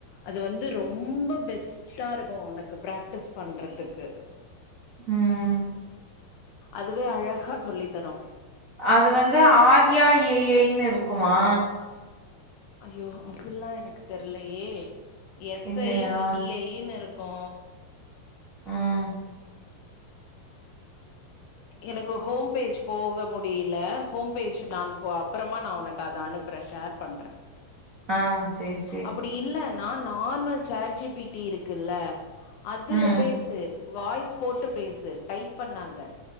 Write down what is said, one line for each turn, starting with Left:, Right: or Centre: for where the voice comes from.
Left: அது வந்து ரொம்ப பெஸ்டா இருக்கு ஓனக்கு பிராக்டிஸ் பண்றதுக்கு
Right: உம்
Left: அதுவே அழகா சொல்லி தரு
Right: அது வந்து ஆர்யா ஏ ஐன்னு இருக்கு ருக்குமா
Left: ஐயோ அப்டில்லா எனக்கு தெர்லையே எஸ்
Right: இல்லையா?
Left: ஐ வி ஐ னு இரு ருக்கு
Right: உம்
Left: எனக்கு ஹோம் பேஜ் போக முடியல ஹோம் பேஜ் நான் அப்புறமா நா உனக்கு அத அனுப்புறே ஷேர் பண்றே
Right: ஆ சரி சரி.
Left: அப்டி இல்ல ஆ நார்மல் சேட் ஜி பிட்டி இருக்குல்ல அதுல
Right: ம்,
Left: பேசு வாய்ஸ் போட்டு பேசு டைப் பண்ணாத